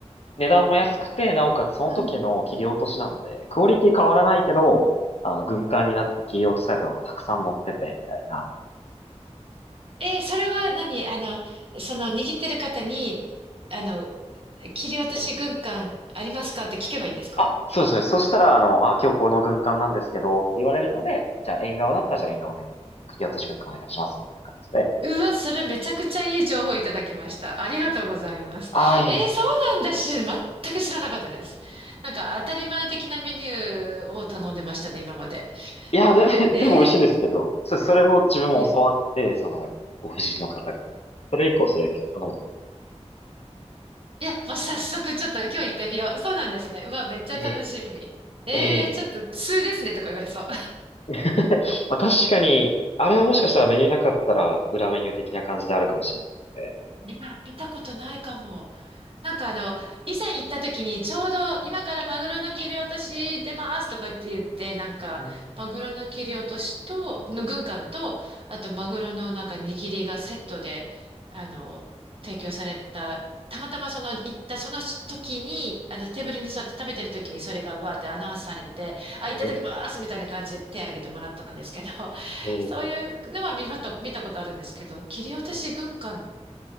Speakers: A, on the left (about 60°); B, on the right (about 55°).
A: 値段も安くて、なおかつその時の切り落としなんで、
B: うん。
A: クオリティ変わらないけど、あの、軍艦になって切り落とされたのがたくさん乗ってて、みたいな。
B: えー、それは何あの、その握ってる方に、あの、切り落とし軍艦ありますかって聞けばいいんですか
A: あ、そうです、そうです。そしたら、あの、あ、今日この軍艦なんですけど、って言われるので、じゃあ縁側だったら、じゃあ縁側をね、切り落とし軍艦お願いします、みたいな感じで。
B: うわ、それめちゃくちゃいい情報いただきました。ありがとうございます。
A: ああ、いい。
B: えー、そうなんだし、全く知らなかったです。なんか当たり前的なメニューを頼んでましたね、今まで。
A: いや、全部全部美味しいんですけど、
B: えー、
A: そそれを自分も教わって、
B: いえ
A: その、お夫人の方から。それ以降、それ頼む。
B: いや、もう早速ちょっと今日行ってみよう。そうなんですね。うわ、めっちゃ楽しみ。
A: ええ、
B: えー、
A: ええ。
B: ちょっと通ですねとか言われそう。
A: <laughs> まあ確かに、あれはもしかしたらメニューなかったら裏メニュー的な感じであるかもしれないので。
B: <laughs> 今見たことないかも。なんかあの、以前行った時にちょうど今からマグロの切り落とし出ますとかって言って、なんかマグロの切り落としと、
A: うん。
B: の軍艦と、あとマグロのなんか握りがセットで、あの、提供された、たまたまその行ったその時に、あのテーブルに座って食べてる時にそれがわーってアナウンスされて、あ、いただきますみたいな感じで手を挙げてもらったんですけど、
A: うん、うん、
B: そういうのは見まと、見たことあるんですけど、切り落とし軍艦
A: うん。